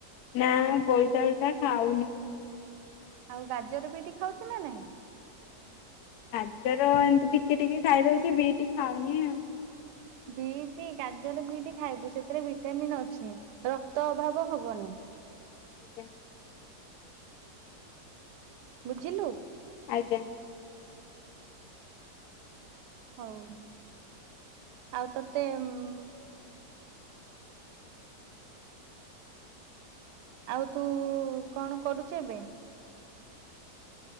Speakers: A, on the left; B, on the right.
A: ନାଁ ବୋଇତାଳୁ ଟା ଖାଉନି ତ
B: ଆଉଁ ଗାଜର ବିଟି ଖାଉଛ ନାଁ ନାହିଁ?
A: ଗାଜର ଏମିତି ଟିକେ ଟିକେ ଖାଇଦଉଛି। ବିଟି ଖାଉନି ଆଉ
B: ବିଟି ଗାଜର ବିଟି ଖାଇବୁ ସେଥିରେ ଭିଟାମିିନ ଅଛି ରକ୍ତ ଅଭାବ ହବନି
A: ଆଜ୍ଞା।
B: ବୁଝିଲୁ?
A: ଆଜ୍ଞା।
B: ହଉ। ଆଉ ତୋତେ ଉଁମଁ ଆଉ ତୁ କଣ କରୁଛୁ ଏବେ?